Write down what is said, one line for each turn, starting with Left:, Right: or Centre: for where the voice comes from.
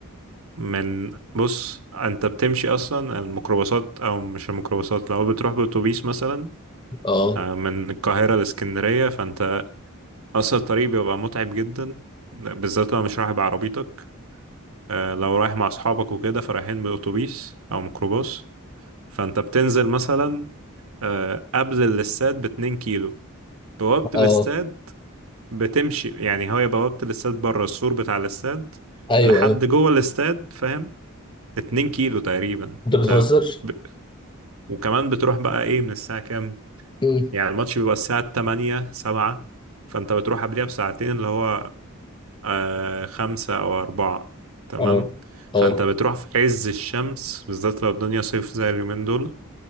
Right: من بص انت بتمشي اصلا الميكروباصات او مش الميكروباصات لو بتروح باتوبيس مثلا
Left: اه
Right: آه، من القاهره لاسكندريه فانت اصلا الطريق بيبقى متعب جدا بالذات لو مش رايح بعربيتك آه، لو رايح مع اصحابك وكده فرايحين باتوبيس او ميكروباص فانت بتنزل مثلا آه، قبل الاستاد باتنين كيلو بوابة
Left: اه
Right: الاستاد
Left: اه
Right: بتمشي يعني هي بوابة الاستاد بره السور بتاع الاستاد
Left: ايوه
Right: لحد
Left: ايوه
Right: جوه الاستاد فاهم اتنين كيلو تقريبا
Left: انت
Right: انت
Left: بتهزر
Right: ب... وكمان بتروح بقى ايه من الساعة كام
Left: مم.
Right: يعني الماتش بيبقى الساعة تمانية سبعة فانت بتروح قبلها بساعتين اللي هو آه خمسة أو أربعة تمام
Left: اه
Right: فأنت
Left: اه
Right: بتروح في عز الشمس بالذات لو الدنيا صيف زي اليومين دول